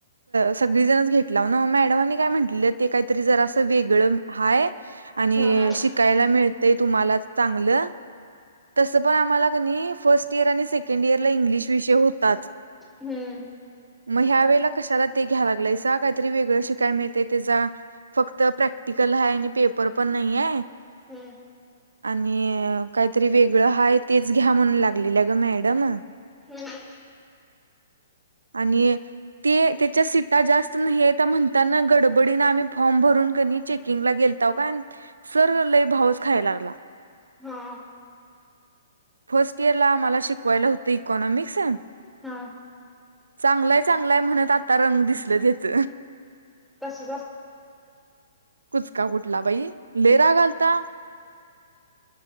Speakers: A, on the right; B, in the centre.
A: सगळीजण घेतलाव ना नी काय म्हटलं ते का त जरा असं वेगळ हाय आणि
B: हम्म
A: शिकायला मिळतय तुम्हाला चांगलं तसं पण आम्हाला कनी फर्स्ट इयर आणि सेकंड इयरला इंग्लिश विषय होताच
B: हम्म
A: मग ह्या वेळेला कशाला ते घ्या लागला काहीतरी वेगळं शिकायला मिळत त्याचा फक्त प्रॅक्टिकल हाय आणि पेपर पण नाहीय
B: हम्म
A: आणि काहीतरी वेगळं हाय तेच घ्या म्हणून लागलेलं ग मॅडम
B: हम्म
A: <inaudible> आणि ते त्याच्या सीटा जास्त म्हणताना गडबडी आम्ही फॉर्म भ ून कनी चेकिंगला गेलताव सर लय भाऊस खाया लागला
B: हा
A: फर्स्ट इयर ला आम्हाला शिकवायला होतं इकॉनॉमिक्स
B: हा
A: चांगलाय चांगलाय म्हणत आता रंग दिसल त्याच
B: तसं ज
A: कुचका कुठला बाई लेराग आलता हम्